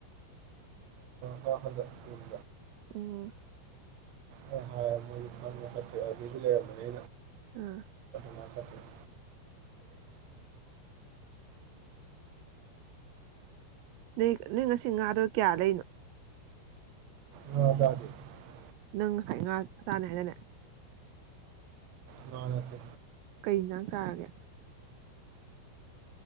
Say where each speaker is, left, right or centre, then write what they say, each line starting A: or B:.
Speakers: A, on the right; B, on the right.
A: ꯍ ꯍꯖꯦ ꯎ <inaudible>
B: ꯎꯝ
A: ꯃꯣꯏꯅ ꯍꯥꯏꯔ <unintelligible> <inaudible>
B: ꯎꯝ
A: ꯉ ꯁꯦ <inaudible>
B: ꯅꯣꯏ ꯅꯣꯏ ꯉꯁꯤ ꯉꯥꯗ ꯀꯌꯥ ꯂꯩꯔꯤꯅꯣ
A: <unintelligible>
B: ꯅꯪ ꯉꯁꯥꯏ ꯉꯥ ꯆꯥꯅꯤ ꯍꯥꯏꯗꯥꯏꯅꯦ
A: ꯉꯥ ꯅꯠꯇꯦ
B: ꯀꯩ ꯏꯟꯖꯥꯡ ꯆꯥꯔꯒꯦ